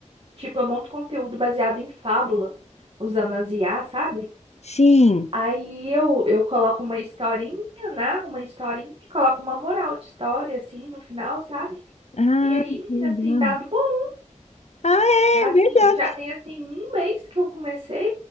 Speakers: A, on the right (about 45°); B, on the left (about 60°).
A: tipo, eu monto conteúdo baseado em fábula, usando as IA, sabe?
B: Sim.
A: Aí eu, eu coloco uma historinha, narro uma historinha e coloco uma moral de história, assim, no final, sabe?
B: Ah,
A: E aí, menina,
B: que legal.
A: tem dado bom.
B: Ah,
A: Assim,
B: é verdade.
A: já tem, assim, um mês que eu comecei